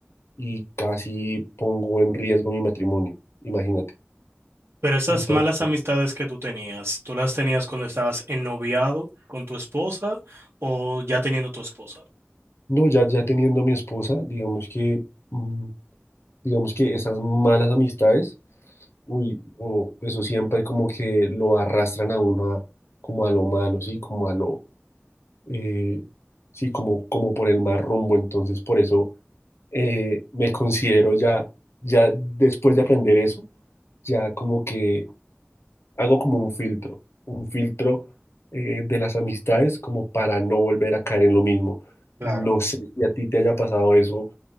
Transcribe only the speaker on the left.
y casi pongo en riesgo mi matrimonio, imagínate.
Entonces,
no, ya, ya teniendo mi esposa, digamos que, mm, digamos que esas malas amistades, uy, o eso siempre como que lo arrastran a uno a- como a lo malo, sí, como a lo, eh, sí, como, como por el mal rumbo. Entonces, por eso eh, me considero ya, ya después de aprender eso, ya como que hago como un filtro, un filtro eh, de las amistades como para no volver a caer en lo mismo.
No sé si a ti te haya pasado eso